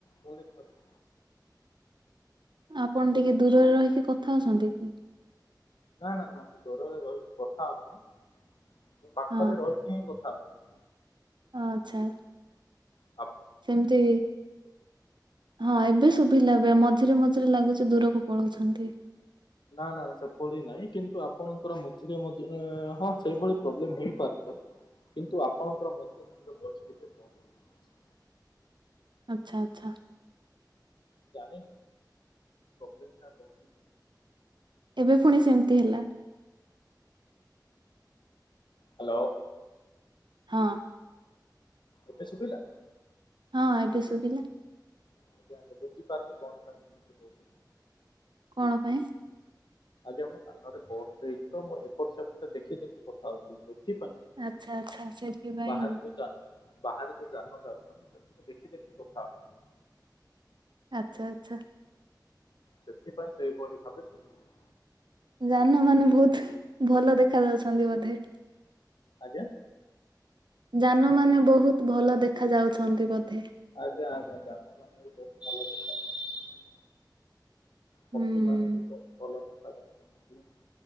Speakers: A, on the left; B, on the right.
A: ପୁଣି ଥରେ <inaudible>
B: ଆପଣ ଟିକେ ଦୂରରେ ରହିକି କଥା ହଉଛନ୍ତି କି?
A: ନାଁ ନାଁ ନାଁ ମୁଁ ଦୂରରେ ରହିକି କଥା ହୋଉନି ମୁଁ ପାଖରେ
B: ହଁ
A: ରହିକି ହିଁ କ ଥା ହଉଚି।
B: ଆଚ୍ଛା।
A: ଅ
B: ସେମତି ହଁ ଏବେ ଶୁଭିଲା ଏବେ ମଝ୍ ଧିରେ ମଝିରେ ଲାଗୁଚି ଦୂରକୁ ପଳଉଛନ୍ତି।
A: ନାଁ ନାଁ ନାଁ ସେପଡ଼ି ନାହିଁ କିନ୍ତୁ ଆପଣଙ୍କର ମଝିରେ ମଝିରେ ହଁ ସେଇଭଳି ପ୍ରୋବ୍ଲେମ୍ ହେଇପାରିଥାଏ। କିନ୍ତୁ ଆପଣଙ୍କର ମଝିରେ ମଝିରେ ଭଏସ୍ ଟିକେ ବନ୍ଦ ହେଇଯାଉଛି।
B: ଆଚ୍ଛା ଆଚ୍ଛା।
A: ଜାଣିନି ପ୍ରୋବ୍ଲେମ୍ ଟା କୋଉଠି।
B: ଏବେ ଫୁଣି ସେମତି ହେଲା।
A: ହାଲୋ।
B: ହଁ।
A: ଏବେ ଶୁଣିଲା?
B: ହଁ ଏବେ ଶୁବିଲା।
A: ଆଜ୍ଞା ଆଜ୍ଞା ବୁଝି ପାରିଲି କଣ ପାଇଁ ଏମିତି ହୋଉଛି।
B: କଣ ପାଇଁ?
A: ଆଜ୍ଞା ମୋ କାନରେ ବଗ୍ ଦେଇଚି ତ ମୁଁ ଏପଟ ସେପଟ ଦେଖି ଦେଖି କଥା ହଉଚି। ଏଥିପାଇଁ
B: ଆଚ୍ଛା ଆଚ୍ଛା ସେଥିପାଇଁ
A: ବାହାରେ
B: ଆଉ
A: ଯୋଉ ଯା ବାହାରେ ଯୋଉ ଯାନ ଯାଉଚନ୍ ସେଥିକୁ ଦେଖି ଦେଖି କଥା ହଉଥିଲି।
B: ଆଚ୍ଛା ଆଚ୍ଛା।
A: ସେଥିପାଇଁ ସେଇଭଳି ଭାବେ ଶୁଭୁଥିଲା।
B: ଯାନମାନେ ବୋହୁତ ଭଲ ଦେଖା ଯାଉଛନ୍ତି ବୋଧେ।
A: ଆଜ୍ଞା?
B: ଯାନମାନେ ବହୁତ ଭଲ ଦେଖ ଯାଉଛନ୍ତି ବଧେ।
A: ଆଜ୍ଞା ଆଜ୍ଞା ଯାନମାନେ ବି ବହୁତ ଭଲ ଦେଖାଯାଉଛନ୍ତି।
B: ହୁଁ
A: ପକ୍ଷୀମାନେ ବି ବହୁତ ଭଲ ଦେଖ ଯାଉଚନ୍ତି।